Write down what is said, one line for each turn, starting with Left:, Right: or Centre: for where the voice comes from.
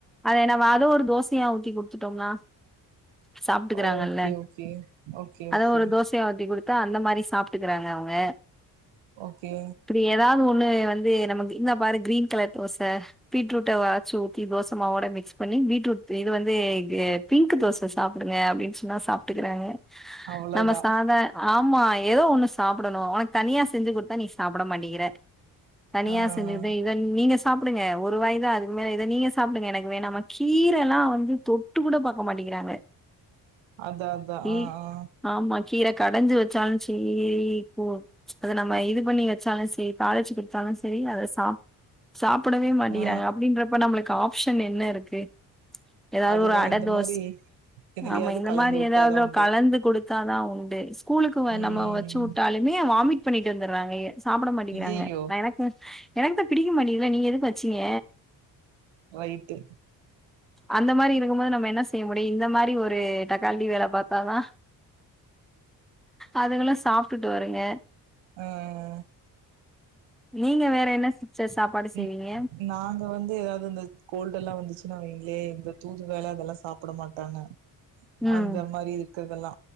Centre: அது எனா பா அதூ ஒரு தோசியா ஊத்தி குடுத்துட்டோம்னா சாப்டுக்கிறாங்கல்ல
Right: ஓகே ஓகே ஓகே
Centre: அத
Right: ஓகே
Centre: ஒரு தோஸ் யா ஊத்தி குடுத்தா அந்த மாரி சாப்ட்டுகிறாங்க அவுங்க
Right: ஓகே
Centre: இப்டி ஏதாது ஒன்னு வந்து நமக்கு இன்ன பாரு கிரீன் கலர் தோச பீட்ரூட்ட வ ச்சு ஊத்தி தோசைமாவோட மிக்ஸ் பண்ணி பீட்ரூட் இது வந்து இது பிங்க்கு தோச சாப்புடுங்க அப்டின் சொன்னா சாப் ட்டுகிறாங்க
Right: அவ்ளோதா
Centre: நம்ம சாத ஆமா ஏதோ ஒன்னு சாப்டணு ஒனக் தனியா செஞ்சு குடுத்தா நீ சாப்புட மாட்டிங்கிற தனியா
Right: ஆ
Centre: செஞ்சுகிட்டே இத நீங்க சாப்டுங்க ஒரு வாய்தா அது ம்ம இத நீங்க சாப்டுங்க எனக்கு வேணாமா கீரலா வந்து தொட்டு கூட பாக்க மாட்டேங்கிறாங்க
Right: அதா அதா
Centre: கீ
Right: ஆ ஆ
Centre: ஆமா கீர கடஞ்சு வச்சாலு சேரி போ அத நம்ம இது பண்ணி வச்சாலு சே தாளிச்சு குடுத்தாலு செரி அத சாப் சாப்புடவே மாட்டிகிறாங்க
Right: ஆ
Centre: அப்டின்றப்ப நம்ளுக் ஆப்ஷன் என்ன இருக்கு எதாவ்து
Right: அதுதா
Centre: ஒரு அட
Right: இந்த
Centre: தோஸ்
Right: மாரி எதுலயாவது
Centre: ஆமா இந்த
Right: கலந்து
Centre: மாரி
Right: விட்டாதா
Centre: எதாவ்தோ
Right: உண்டு
Centre: கலந்து குடு க்காதா உண்டு கூலுக்கு
Right: ம்
Centre: நம்ம வச்சு உட்டாலுமே வாமிட் பண்ணிட்டு வந்துறாங்கயே சாப்புட மாட்டிங்குறாங்க
Right: ஐயையோ
Centre: நா எனக்கு எனக்கு தான் பிடிக்க மாட்டீங்குதுல நீங்க எதுக்கு வச்சீங்க
Right: ரைட்டு
Centre: அந்த மாரி இருக்குமோது நம்ம என்ன செய்ய முடியு இந்த மாரி ஒரு டக்கால்ட்டி வேல பாத்தாதா அதுகலு சாப்டுட்டு வருங்க
Right: ஆ
Centre: நீங்க வேற என்ன சிஸ்டர் சாப்பாடு செய்வீங்க
Right: ம் நாங்க வந்து எதாது அந்த கோல்டெல்லா வந்துச்சுனாங்ளே இந்த தூதுவெள அதெல்லா சாப்புட மாட்டாங்க
Centre: ம்
Right: அந்த மாரி இருக்குறதெல்லா